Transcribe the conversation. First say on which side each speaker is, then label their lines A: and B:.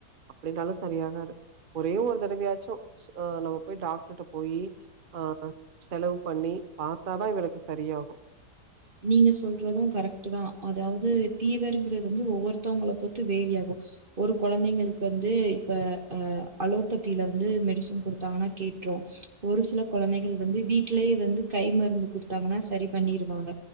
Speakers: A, on the right; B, on the right.
A: அப்டின்னாலு சரியாகாது ஒரே ஒரு தடவயாச்சு ஆ நம்ம போய் டாக்டர்ட போயி ஆ செலவு பண்ணி பாத்தாதா இவனுக் கு சரியாகு
B: நீங்க சொல்றது கரெக்ட்டு தா அதாவுது ஃபீவருங்குறது வந்து ஒவ்வொருத்தவுங்கள பொறுத்து வேரியாகு ஒரு கொழந்தைங்களுக்கு வந்து இப்ப அ அலோபத்தில வந்து மெடிசன் குடுத்தாங்கனா கேட்ரு ஒரு சில கொழந்தைகள் வந்து வீட்லயே வந்து கை மருந்து குடுத்தாங்கனா சரி பண்ணிருவாங்க